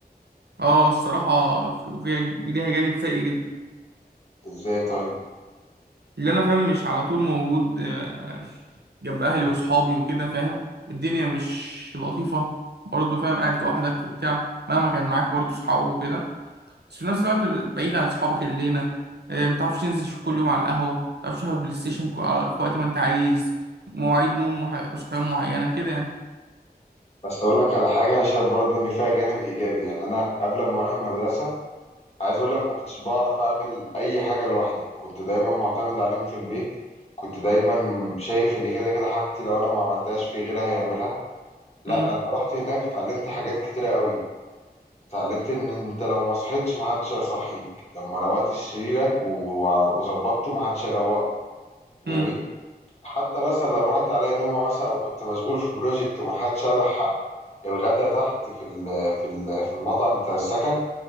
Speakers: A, on the right (about 90°); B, on the left (about 40°).
A: اه الصراحة فيها ليها جانب سيء جدا
B: ازاي طيب
A: اللي انا فاهم مش على طول موجود آه، جنب اهلي واصحابي وكده فاهم والدنيا مش لطيفة برضه فاهم قاعد لوحدك وبتاع مهما كان معاك برضه صحابك وكده بس في نفس الوقت بعيد عن صحابك الليلة آه، متعرفش تنزل شو- كل يوم على القهوة متعرفش تلعب بلاي ستيشن كو- على- في وقت ما انت عايز مواعيد نوم وح- وصحيان معينة كده يعني
B: بس اقول لك على حاجه انا شايف برضو ان فيها جانب ايجابي يعني انا قبل ما اروح المدرسه عايز اقول لك ما كنتش بعرف اعمل اي حاجه لوحدي كنت دايما معتمد عليهم في البيت كنت دايما شايف ان كده كده حاجتي لو انا ما عملتهاش في غيرها هيعملها لا
A: امم
B: لما رحت هناك اتعلمت حاجات كتيره قوي اتعلمت ان انت لو ما صحيتش ما حدش هيصحيك لما روقت سريرك و- وظبطته ما حدش هيروقه جميل
A: امم.
B: حتى مثلا لو راحت عليا نومه مثلا او كنت مشغول في بروجكت وما حدش الحق الغدا تحت في ال في ال في المطعم بتاع السكن